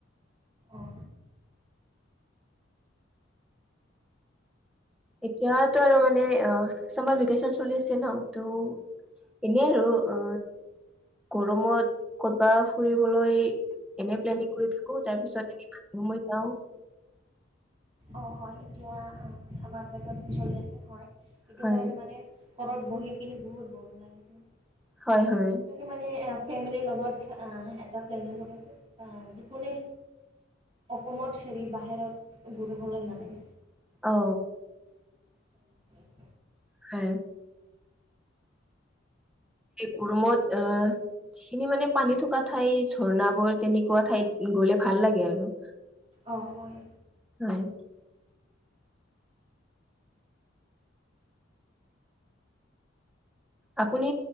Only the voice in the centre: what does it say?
এতিয়াতো আৰু মানে অ চামাৰ ভেকেচন চলি আছে ন ত এনে আৰু অ গৰমত কৰবা ফুৰিবলৈ এনেই প্লেনিং কৰি থাকো তাৰ পিছত এ মা যাও
হয়
হয় হয়
অ
হা ম ৰুমত অ যিখিনি মানে পানী থকা ঠাই ঝৰ্ণাবোৰ তেনেকুৱা ঠাইত গ'লে ভাল লাগে আৰু
হয় আপুনি